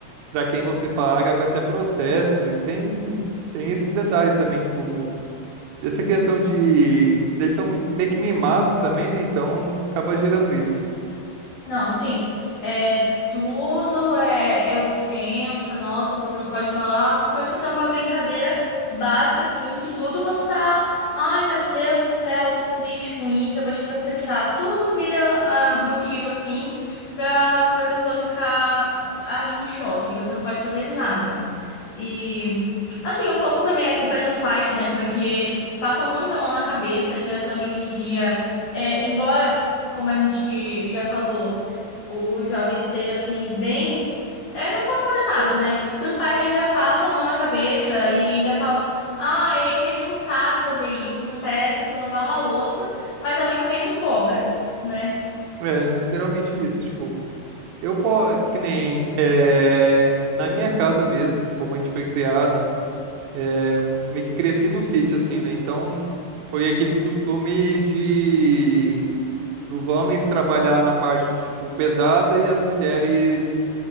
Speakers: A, on the right; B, on the left.
A: pra quem você falar, cabe até processo e tem tem esses detalhes também, tipo dessa questão de. Eles são meio que mimados também, né? Então acaba gerando isso.
B: Não, sim, é tudo é, é ofensa, nossa, você não pode falar, não pode fazer uma brincadeira básica assim, que tudo você tá, ai meu Deus do céu, eu tô triste com isso, eu vou te processar. Tudo vira ah, motivo assim pra, pra pessoa ficar aí em choque, você não pode fazer nada. E assim, um pouco também a culpa é dos pais, né? Porque passam muito a mão na cabeça, a geração de hoje em dia, é, embora como a gente já falou, o jovem esteja assim, bem. É, não sabe fazer nada, né? E os pais ainda passam a mão na cabeça e ainda falam: ah, é que ele não sabe fazer isso, não presta pra lavar uma louça, mas a mãe também não cobra, né?
A: É, literalmente isso. Tipo, eu, po- que nem. é, Na minha casa mesmo, como a gente foi criado, é eu meio que cresci no sítio, assim, né? Então foi aquele costume de. Dos homens trabalhar na parte, tipo, pesada e as mulheres